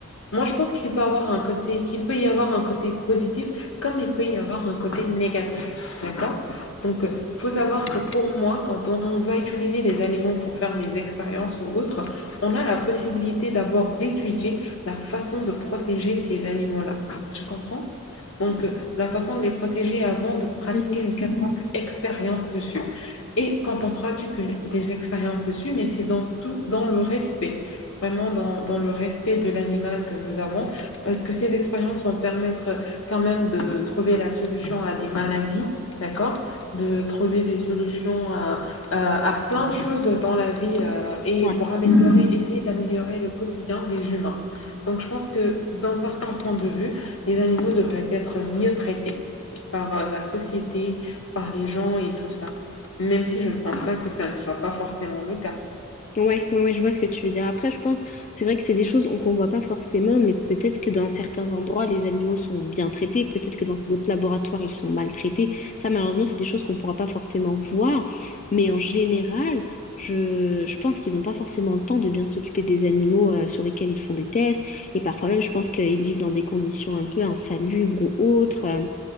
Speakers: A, on the left; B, on the left.
A: Moi, je pense qu'il peut avoir un côté, qu'il peut y avoir un côté positif comme il peut y avoir un côté négatif. D'accord? Donc, il faut savoir que pour moi, quand on va utiliser des animaux pour faire des expériences ou autres, on a la possibilité d'abord d'étudier la façon de protéger ces animaux-là. Tu comprends? Donc, euh, la façon de les protéger avant de pratiquer
B: Mhm.
A: une quelconque expérience dessus. Et quand on pratique une- des expériences dessus, mais c'est dans tout, dans le respect vraiment dans, dans le respect de l'animal que nous avons, parce que ces expériences vont permettre quand même de trouver la solution à des maladies, d'accord? De trouver des solutions à, à, à plein de choses dans la vie euh, et
B: Ouais.
A: pour améliorer, essayer d'améliorer le quotidien des humains. Donc, je pense que dans certains points de vue, les animaux devraient être mieux traités par euh, la société, par les gens et tout ça, même si je ne pense pas que ça ne soit pas forcément le cas.
B: Ouais, ouais, ouais, je vois ce que tu veux dire. Après, je pense, c'est vrai que c'est des choses on- qu'on voit pas forcément, mais peut-être que dans certains endroits, les animaux sont bien traités, peut-être que dans d'autres laboratoires, ils sont maltraités. Ça, malheureusement, c'est des choses qu'on pourra pas forcément voir, mais en général, je, je pense qu'ils n'ont pas forcément le temps de bien s'occuper des animaux euh, sur lesquels ils font des tests, et parfois même, je pense qu'ils vivent dans des conditions un peu insalubres ou autres. euh,